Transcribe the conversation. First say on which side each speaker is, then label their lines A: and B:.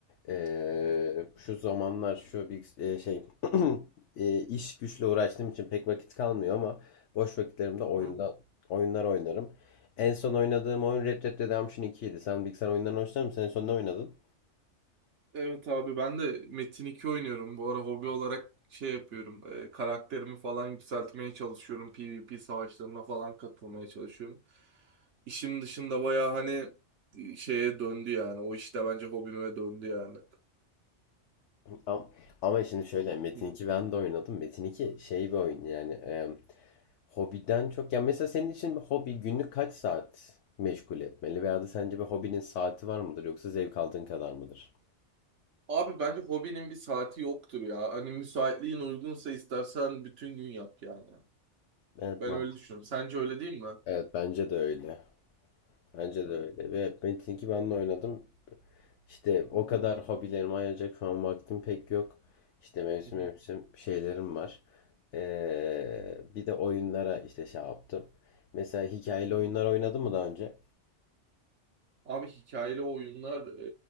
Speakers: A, on the left; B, on the right.
A: Ee,
B: Hı hı.
A: şu zamanlar şu bilgis e, şey <clears throat> e, iş güçle uğraştığım için pek vakit kalmıyor ama boş vakitlerimde oyunda
B: Hı hı.
A: oyunlar oynarım. En son oynadığım oyun Red Dead Redemption 2 idi. Sen bilgisayar oyunlarını hoşlanır mısın? En son ne oynadın?
B: Evet abi ben de Metin 2 oynuyorum. Bu ara hobi olarak şey yapıyorum. e, karakterimi falan yükseltmeye çalışıyorum. PvP savaşlarına falan katılmaya çalışıyorum. İşim dışında baya hani e, şeye döndü yani. O işte bence hobime döndü yani.
A: Am- Ama şimdi şöyle Metin
B: Hı.
A: 2 ben de oynadım. Metin 2 şey bir oyun yani e, hobiden çok ya mesela senin için bir hobi günlük kaç saat meşgul etmeli veya da sence bir hobinin saati var mıdır yoksa zevk aldığın kadar mıdır?
B: Abi bence hobinin bir saati yoktur ya. Hani müsaitliğin uygunsa istersen bütün gün yap yani.
A: Evet
B: Ben
A: mantıklı.
B: öyle düşünüyorum. Sence öyle değil mi?
A: Evet bence de öyle. Bence
B: Hı.
A: de öyle ve Metin 2 ben de oynadım. İşte o
B: Hı.
A: kadar hobilerime ayıracak şu an vaktim pek yok. İşte mevsim
B: Hı.
A: mevsim şeylerim var. Ee, bir de oyunlara işte şey yaptım. Mesela hikayeli
B: Hı.
A: oyunlar oynadın mı daha önce?
B: Abi hikayeli oyunlar e,